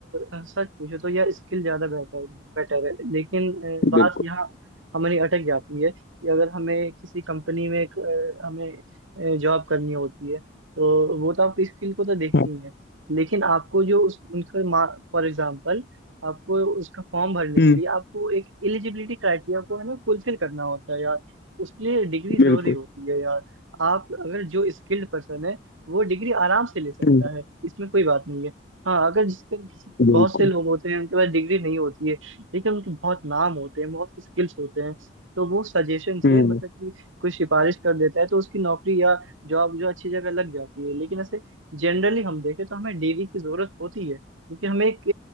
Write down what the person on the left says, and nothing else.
बिल्कुल
हाँ
हम्म
बिल्कुल
हम्म
बिल्कुल
हम्म